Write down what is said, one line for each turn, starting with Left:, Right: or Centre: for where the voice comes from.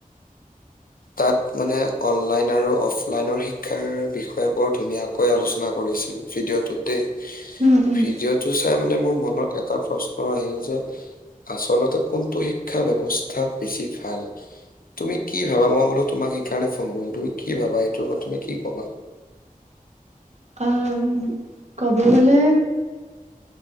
Left: তাত মানে অনলাইন আৰু অফলাইনৰ শিক্ষাৰ বিষয়ে বৰ ধুনীয়া কৈ আলোচনা কৰিছিল, ভিডিঅ'টোত দেই,
Right: উম উম
Left: ভিডিঅ'ত সটো চাই মানে মোৰ মনত এটা প্ৰশ্ন আহিল যে আচলতে কোনটো শিক্ষা ব্যৱস্থা বেছি ভাল? তুমি কি ভাবা, মই বো তোমাক সেইকাৰণে ফোন কৰিম, তুমি কি ভাবা? এইটো ওপৰত তুমি কি ক'বা?
Right: অ', উম ক'ব গ'লে